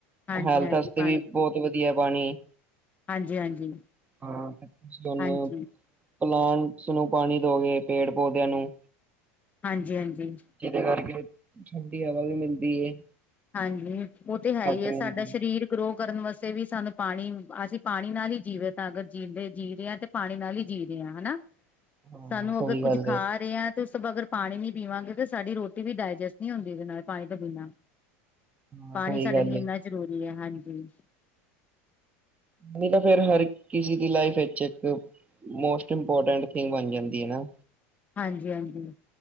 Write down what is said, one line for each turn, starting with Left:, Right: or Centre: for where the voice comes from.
Left: ਹਾਂਜੀ
Right: ਹੈਲਥ
Left: ਹਾਂਜੀ
Right: ਵਾਸਤੇ
Left: ਪਾਣੀ
Right: ਵੀ ਬਹੁਤ ਵਧੀਆ ਏ ਪਾਣੀ।
Left: ਹਾਂਜੀ ਹਾਂਜੀ
Right: ਹਾਂ ਤੇ ਤੁਸੀਂ ਉਹਨੂੰ
Left: ਹਾਂਜੀ
Right: ਪਲਾਂਟਸ ਨੂੰ ਪਾਣੀ ਦੋਗੇ, ਪੇੜ ਪੌਦਿਆਂ ਨੂੰ
Left: ਹਾਂਜੀ, ਹਾਂਜੀ
Right: ਜਿਹਦੇ ਕਰਕੇ ਠੰਡੀ ਹਵਾ ਵੀ ਮਿਲਦੀ ਏ।
Left: ਹਾਂਜੀ, ਉਹ ਤੇ ਹੈ ਹੀ ਹੈ,
Right: ਰਹਿੰਦੀ
Left: ਸਾਡਾ ਸ਼ਰੀਰ ਗਰੋ ਕਰਨ ਵਾਸਤੇ ਵੀ ਸਾਨੂੰ ਪਾਣੀ, ਅਸੀਂ ਪਾਣੀ ਨਾਲ ਈ ਜੀਵੇਤ ਆ ਅਗਰ ਜੀਂਦੇ ਜੀ ਰਹੇ ਆ ਤੇ ਪਾਣੀ ਨਾਲ ਈ ਜੀ ਰਹੇ ਆ ਹਨਾ।
Right: <inaudible>
Left: ਸਾਨੂੰ
Right: ਸਹੀ
Left: ਅਗਰ ਕੁੱਝ
Right: ਗੱਲ
Left: ਖਾ
Right: ਹੈ
Left: ਰਹਿਆ ਤੁਸੀ ਅਗਰ ਪਾਣੀ ਨੀ ਪੀਵਾਂਗੇ ਤਾਂ ਸਾਡੀ ਰੋਟੀ ਵੀ ਡਾਇਜੈਸਟ ਨਹੀਂ ਹੁੰਦੀ ਉਹਦੇ ਨਾਲ, ਪਾਣੀ ਤੋ ਬਿਣਾ।
Right: ਹਾਂ
Left: ਪਾਣੀ
Right: ਸਹੀ
Left: ਸਾਡੇ
Right: ਗੱਲ
Left: ਲਈ ਇੰਨਾ
Right: ਹੈ
Left: ਜ਼ਰੂਰੀ ਐ, ਹਾਂਜੀ।
Right: ਨਹੀਂ ਤਾਂ ਫੇਰ ਹਰ ਕਿਸੇ ਦੀ ਲਾਈਫ ਵਿੱਚ ਇੱਕ ਮੋਸਟ ਇੰਪੋਰਟੈਂਟ ਥਿੰਗ ਬਣ ਜਾਂਦੀ ਐ ਨਾ।
Left: ਹਾਂਜੀ‌, ਹਾਂਜੀ